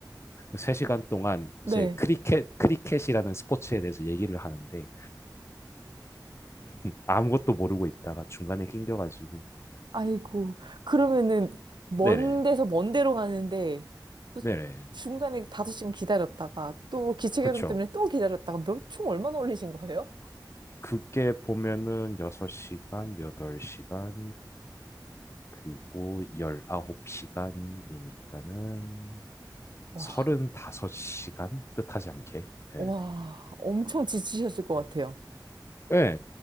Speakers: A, on the left (about 35°); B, on the right (about 80°).
A: 3시간 동안
B: 네.
A: 이제 크리켓 크리켓이라는 스포츠에 대해서 얘기를 하는데 아무것도 모르고 있다가 중간에 낑겨가지고
B: 아이고, 그러면은, 먼
A: 네. 네네
B: 데서 먼 데로 가는데, 또
A: 네네
B: 중간에 다섯 시간 기다렸다가, 또 기체결함
A: 그쵸.
B: 때문에 또 기다렸다가, 몇 총 얼마나 올리신 거예요?
A: 그게 보면은 6시간, 8시간, 그리고 19시간이니까는
B: 와,
A: 35시간? 뜻하지 않게. 예.
B: 와, 엄청 지치셨을 것 같아요.
A: 어. 예.